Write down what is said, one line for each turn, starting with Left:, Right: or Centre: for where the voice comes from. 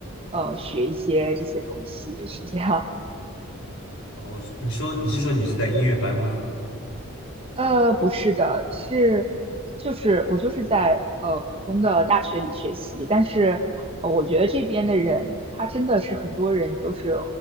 Right: 呃学一些这些东西，是这样。
Left: 哦，你说你是说你是在音乐班吗？
Right: 呃，不是的，是就是我就是在呃普通的大学里学习，但是呃我觉得这边的人，他真的是很多人都是